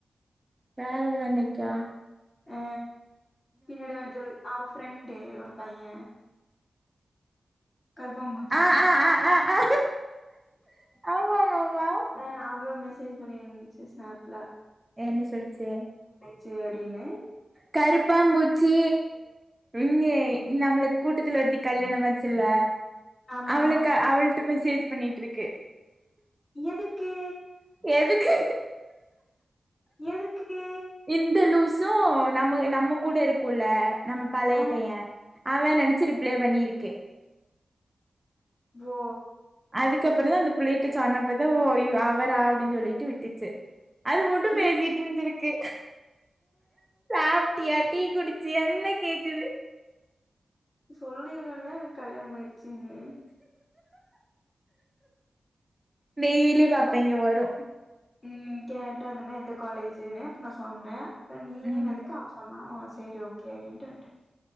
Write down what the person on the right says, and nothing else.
ஃபேரவல் அன்னைக்கா
ஆ ஆ ஆ ஆ ஆமாமாமா
என்ன சொல்லிச்சு
கருப்பாம் பூச்சி இங்கே நம்மளுக்கு கூட்டத்துல ஒருத்தி கல்யாணம் ஆச்சுல்ல
அவளுக்கு அவள் மெசேஜ் பண்ணிட்டு இருக்கு
எதுக்கு
இந்தலூசு சோ நம்ம நம்ம கூட இருக்குல்ல நம் பழைய
பைய அவே
நெனச்சு ரிப்ளே பண்ணிருக்கு
அதுக்கப்றொந்தா அந்த புள்ளைட்ட சொன்னப்பதா ஓ அவரா அப்டின் சொல்லிட்டு விட்டுச்சு அது மட்டு பேசிட்ருந்துருக்
கே சாப்ட்டியா டீ குடிச்சி எல்லா கேக்குது
டெய்லி பாப்பே
இங்க வரு
ம்